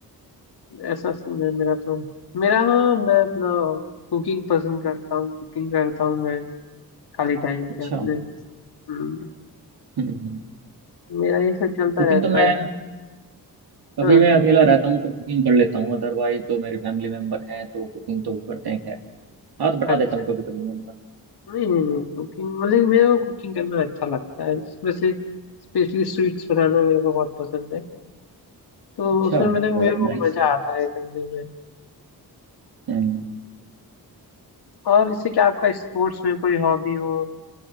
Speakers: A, on the left (about 80°); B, on the right (about 70°).
A: ऐसा सीन है मेरा तो मेरा हाँ मैं अपना कुकिंग पसंद करता हूँ कुकिंग करता हूँ मैं खाली टाइम पे
B: अच्छा
A: अपने हम्म,
B: हम्म
A: मेरा ये सब चलता
B: कुकिंग
A: रहता
B: तो मैं
A: है
B: कभी
A: हाँ
B: मैं अकेला रहता हूँ तो कुकिंग कर लेता हूँ अदरवाइज तो मेरे फैमिली मेंबर हैं तो कुकिंग तो वो करते हैं खैर हाथ बटा
A: अच्छा
B: देता हूँ कभी कभी मैं उनका
A: नहीं नहीं नहीं
B: हाँ,
A: कुकिंग मतलब मेरे को कुकिंग करना अच्छा लगता है इसमें से स्पेशली स्वीट्स बनाना मेरे को बहुत पसंद है तो
B: अच्छा
A: उसमें मतलब
B: Very
A: मेरे को
B: nice
A: मजा आता है करने में
B: हम्म
A: और इससे क्या आपका स्पोर्ट्स में कोई हॉबी हो